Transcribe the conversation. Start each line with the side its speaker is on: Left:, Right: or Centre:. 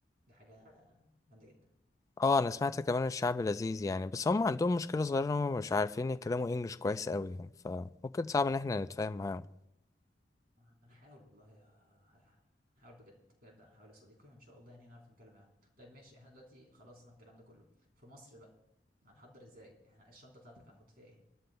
Right: دي حاجه جامده جدا
Left: اه انا سمعت كمان الشعب لذيذ يعني بس هم عندهم مشكلة صغيرة ان هم مش عارفين يتكلموا انجلش كويس قوي يعني فممكن صعب ان احنا نتفاهم معاهم
Right: آه، هنحاول والله يا ه- هنحاول بجد بجد هنحاول يا صديقي وان شاء الله يعني نعرف نتكلم معاهم طيب ماشي احنا دلوقتي خلصنا الكلام ده كله في مصر بقى هنحضر ازاي احنا الشنطة بتاعتك هتحط فيها ايه